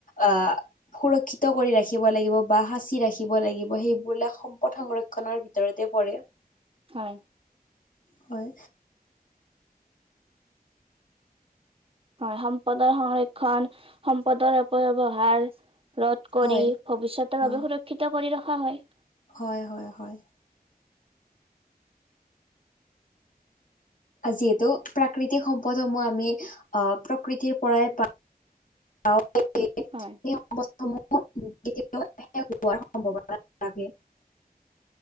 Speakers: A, on the left (about 55°); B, on the right (about 35°).
A: আহ সুৰক্ষিত কৰি ৰাখিব, লাগিব বা সাঁচি ৰাখিব লাগিব, সেইবিলাক সম্পদ সংৰক্ষণৰ ভিতৰতে পৰে।
B: হয়।
A: হয়।
B: হয় সম্পদৰ সংৰক্ষণ সম্পদৰ অপব্যৱহাৰ ৰদ কৰি
A: হয়
B: ভৱিষ্যতৰ
A: হয়
B: বাবে সুৰক্ষিত কৰি ৰখা হয়।
A: হয় হয় হয় যিহেতু প্ৰাকৃতিক সম্পদ সমূহ আমি আহ প্ৰকৃতিৰ পৰাই পাওঁ <unintelligible>
B: হয়
A: <unintelligible>